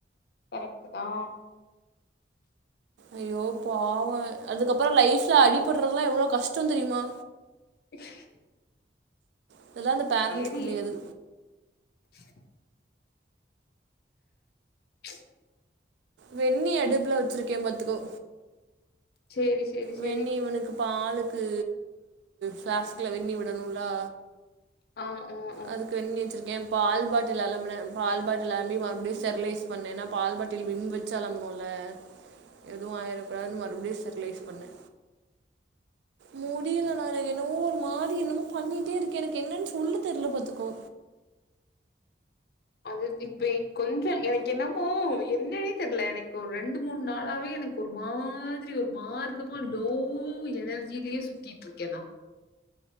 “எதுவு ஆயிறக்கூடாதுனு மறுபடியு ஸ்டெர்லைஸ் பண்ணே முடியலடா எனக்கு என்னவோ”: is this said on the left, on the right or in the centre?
Right